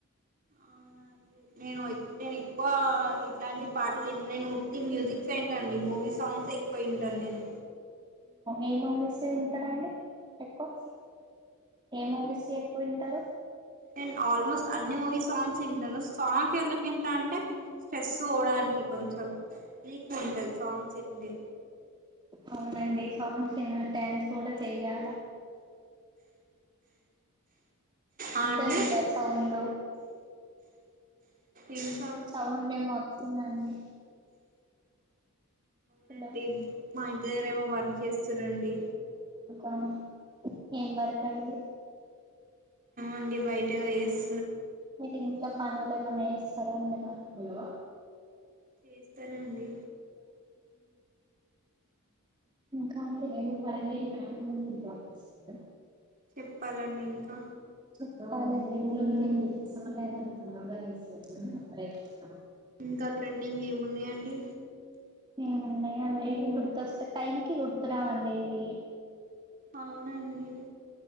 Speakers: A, on the right (about 40°); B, on the right (about 20°).
A: అవునా అండి నేను నేను ఎక్కువా ఇట్లాంటి పాటల్ నేను ఉట్టి మ్యూజిక్ టండి మూవీ సాంగ్స్ ఎక్కువ వింటాన్ నేను
B: ఏమూ విష్ ఇంటర్ అండి ఎక్కువ ఏమూవిస్ యి ఎక్కువ ఇంటరు
A: నేన్ ఆల్మోస్ట్ అన్ని మూవీ సాంగ్స్ ఇంటాను సాంగ్స్ ఎందుక్ ఇంట అంటే స్ట్రెస్ వోవడానికి కొంచెం లీక్ ఉంటది సాంగ్స్ ఇంటె
B: అవునండి సాంగ్స్ ఇనాల్ డ్యాన్స్ కూడా చెయ్యాల
A: ఆ అండి
B: ఎండి ఆ సౌండ్
A: ఏంసా
B: సౌండేమొత్తుందండి హలో
A: నండి మా ఇంటి దగ్గరేమో వర్ ఎస్ రండి
B: అా ఏం వర్కండి
A: ఎడి బయిట వస్
B: ఏంగ్ పని మ సర అ
A: చేస్తానండి
B: కా అ ఎ ప మ్యాడం
A: చెప్పాలండి ఇంకా
B: ఎ
A: ఇంకాట రెండింగ్ ఏమ అన్నడి
B: ఏమండడి అది ఏం గుత వస్త టైమ్ కి గుర్తురావందేవి
A: అవునండి